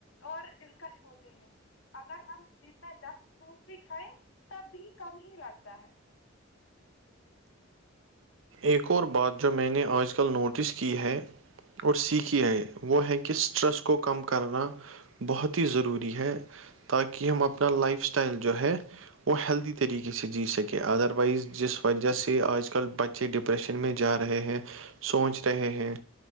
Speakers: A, on the left; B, on the right.
A: اور دلکش ہوتے ہیں اگر ہم دن میں دس فروٹ بھی کھائیں تب بھی کم ہی لگتا ہے
B: ایک اور بات جو میں نے آج کل نوٹس کی ہے اور سیکھیھی آئے وہ ہے کہ اسٹریس کو کم کرنا بہت ہی ضروری ہے تاکہ ہم اپنا لائف اسٹائل جو ہے وہ ہیلدی طریقے سے جی سکے ادروائز جس وجہ سے آج کل بچ ڈپریشن میں جا رہے ہیں سوچ رہے ہیں